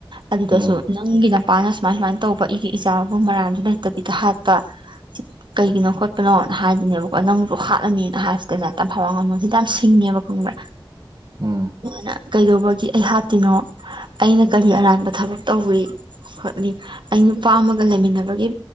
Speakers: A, on the right; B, on the right.
A: ꯑꯗꯨꯗꯁꯨ
B: ꯎꯝ ꯎꯝ
A: ꯅꯪꯒꯤ ꯅꯄꯥꯅ ꯁꯨꯃꯥꯏ ꯁꯨꯃꯥꯏꯅ ꯇꯧꯕ ꯑꯩꯒꯤ ꯏꯆꯥꯕꯨ ꯃꯔꯥꯟꯖꯨ ꯂꯩꯇꯕꯤꯗ ꯍꯥꯠꯄ ꯁꯤ ꯀꯩꯒꯤꯅꯣ ꯈꯣꯠꯄꯅꯣꯅ ꯍꯥꯏꯗꯨꯏꯅꯦꯕꯀꯣ ꯅꯪ ꯍꯥꯠꯂꯅꯤꯅ ꯍꯥꯏꯕꯁꯤꯗ ꯇꯝꯐꯥ ꯋꯥꯡꯉꯝꯂꯣꯟꯁꯤꯗꯤ ꯌꯥꯝ ꯁꯤꯡꯉꯦꯕ ꯈꯪꯕ꯭ꯔꯥ
B: ꯎꯝ
A: ꯃꯥꯅꯥ ꯀꯩꯗꯧꯕꯒꯤ ꯑꯩ ꯍꯥꯠꯇꯣꯏꯅꯣ ꯑꯩꯅ ꯀꯔꯤ ꯑꯔꯥꯟꯕ ꯊꯕꯛ ꯇꯧꯋꯤ ꯈꯣꯠꯂꯤ ꯑꯩ ꯅꯨꯄꯥ ꯑꯃꯒ ꯂꯩꯃꯤꯟꯅꯕꯒꯤ